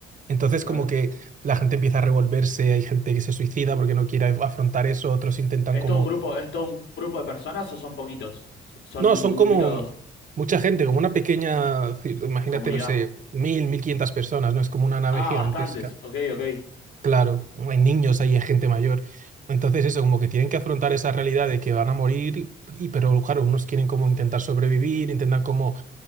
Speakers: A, on the right; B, on the left.
A: Entonces
B: claro.
A: como que la gente empieza a revolverse, hay gente que se suicida porque no quiere af- afrontar eso, otros intentan
B: ¿Es
A: como...
B: todo un grupo, es todo un grupo de personas o son poquitos? S- Son
A: No, son
B: un
A: como
B: grupito, s-
A: mucha gente, como una pequeña, ci- imagínate,
B: comunidad.
A: no sé, mil, mil quinientas personas, ¿no? Es como una nave
B: Ah,
A: gigantesca.
B: bastantes. Ok, ok.
A: Claro, hay niños, ahí, hay gente mayor. Entonces eso, como que tienen que afrontar esa realidad de que van a morir, y, y- pero claro, unos quieren como intentar sobrevivir, intentan como